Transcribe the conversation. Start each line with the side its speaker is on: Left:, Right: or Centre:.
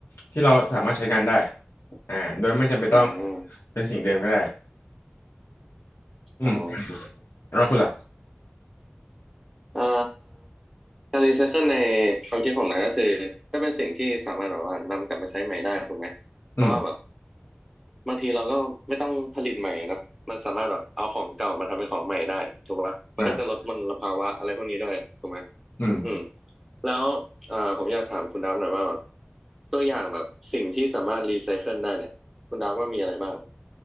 Left: ที่เราสามารถใช้งานได้อ่าโดยไม่จำเป็นต้อง
Centre: อืมอม
Left: เป็นสิ่งเดิมก็ได้อืม
Centre: อ๋อ
Left: แล้วคุณล่ะ
Centre: อ่าการรีไซเคิลในความคิดผมนะก็คือถ้าเป็นสิ่งที่สามารถแบบว่านำกลับมาใช้ใหม่ได้ถูกไหมเพราะว่าแบบ
Left: อืม
Centre: บางทีเราก็ไม่ต้องผลิตใหม่อะนะ มันสามารถแบบเอาของเก่ามาทำเป็นของใหม่ได้ถูกปะมันก็จะลดมลภาวะอะไรพวกนี้ด้วยถูกไหม
Left: อ่าอืม
Centre: อืมแล้วเอ่อผมอยากถามคุณดาวหน่อยว่าแบบตัวอย่างแบบสิ่งที่สามารถรีไซเคิลได้เนี่ยคุณดาวว่ามีอะไรบ้าง